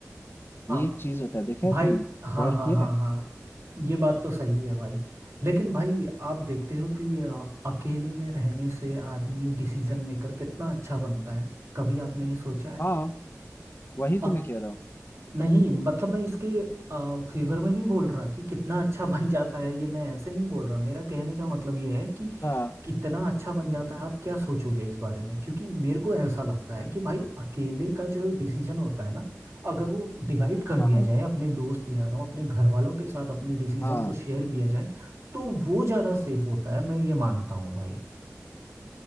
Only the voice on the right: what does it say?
हाँ
भाई
हाँ
हाँ
हाँ
हाँ ये बात तो सही है भाई लेकिन भाई आप देखते हो कि अ, अकेले में रहने से आदमी डिसीजन मेकर कितना अच्छा बनता है कभी आपने ये सोचा
है
नहीं मतलब मैं इसके फेवर में नहीं बोल रहा कि कितना अच्छा <laughs> बन जाता है ये मैं ऐसे नहीं बोल रहा मेरा कहने का मतलब ये है कि
कितना अच्छा बन जाता है आप क्या सोचोगे इस बारे में क्योंकि मेरे को ऐसा लगता है कि भाई अकेले का जो डिसीजन होता है ना अगर वो डिवाइड कर
दिया जाए अपने दोस्त यारों अपने घर वालों के साथ अपने डिसीजन
को शेयर किया जाए तो वो ज़्यादा सेफ होता है मैं ये मानता हूँ भाई